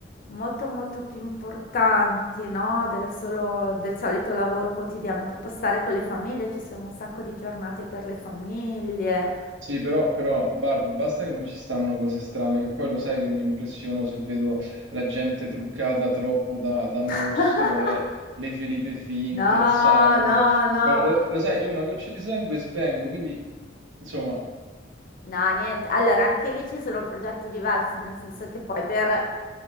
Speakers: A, on the left; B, on the right.
A: molto molto più importanti, no? Del solo, del solito lavoro quotidiano, proprio stare con le famiglie, ci sono un sacco di giornate per le famiglie.
B: Sì, però, però, Barb, basta che non ci stanno cose strane, che poi lo sai che mi impressiono se vedo la gente truccata troppo da, da mostro,
A: <laughs>
B: le, le ferite finte,
A: No,
B: il sangue.
A: no, no.
B: Lo, lo- lo sai, io una goccia di sangue svengo, quindi, insomma,
A: No, niente. Allora, anche lì ci sono progetti diversi, nel senso che poi per,